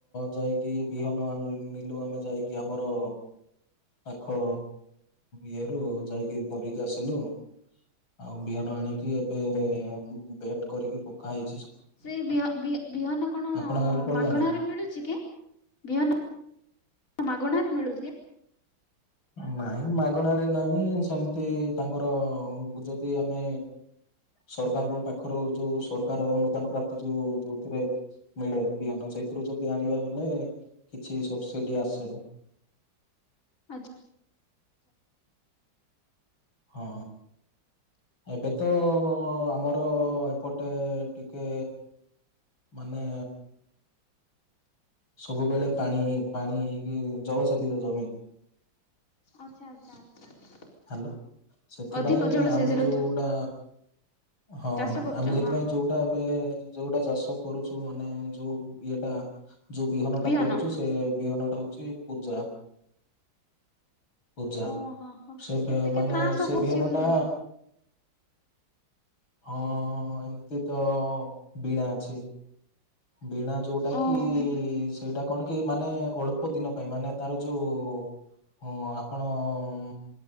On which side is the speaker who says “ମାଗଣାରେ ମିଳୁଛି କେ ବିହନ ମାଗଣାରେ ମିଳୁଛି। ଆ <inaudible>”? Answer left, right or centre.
Left